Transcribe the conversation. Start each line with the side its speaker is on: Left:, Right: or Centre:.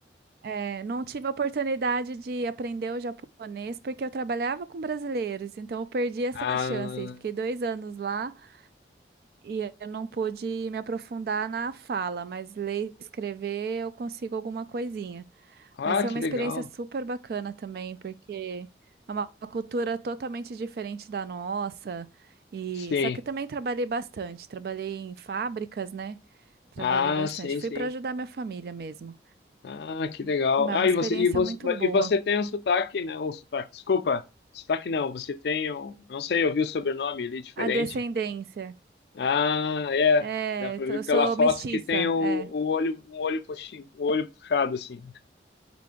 Right: é, não tive a oportunidade de aprender o japonês porque eu trabalhava com brasileiros, então eu perdi essa
Left: Ah,
Right: chance. Fiquei dois anos lá e eu não pude me aprofundar na fala, mas ler e escrever eu consigo alguma coisinha.
Left: ah,
Right: Mas foi
Left: que
Right: uma experiência
Left: legal.
Right: super bacana também, porque é uma cultura totalmente diferente da nossa. E
Left: Sim.
Right: só que também trabalhei bastante, trabalhei em fábricas, né? Trabalhei
Left: Ah,
Right: bastante.
Left: sim,
Right: Fui
Left: sim.
Right: para ajudar minha família mesmo.
Left: Ah, que legal.
Right: Mas
Left: Ah,
Right: é uma experiência
Left: e você, e você,
Right: muito boa.
Left: e você tem um sotaque, né? Ou sotaque, desculpa. Sotaque não, você tem um, não sei, eu vi o sobrenome ali diferente.
Right: A descendência.
Left: Ah, é.
Right: É,
Left: Dá pra
Right: t-
Left: ver
Right: eu
Left: pela
Right: sou
Left: foto
Right: mestiça,
Left: que tem o, o
Right: é,
Left: olho, o olho, puxi, o olho puxado, assim.